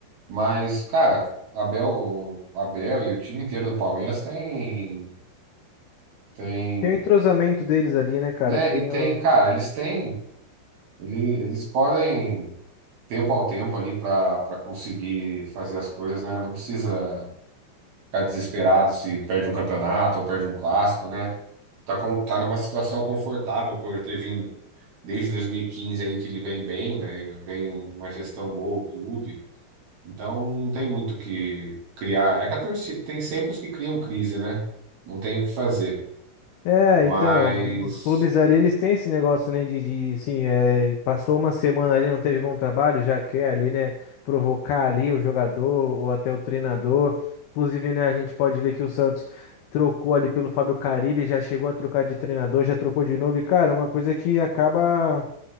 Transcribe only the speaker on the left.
Tem o entrosamento deles ali, né, cara?
Tem
o...
É,
então, os clubes ali, eles têm esse negócio, né, de, de assim, é, passou uma semana ali, não teve bom trabalho, já quer ali, né, provocar ali o jogador ou até o treinador. Inclusive, né, a gente pode ver que o Santos trocou ali pelo Fábio Carille, já chegou a trocar de treinador, já trocou de novo, e, cara, é uma coisa que acaba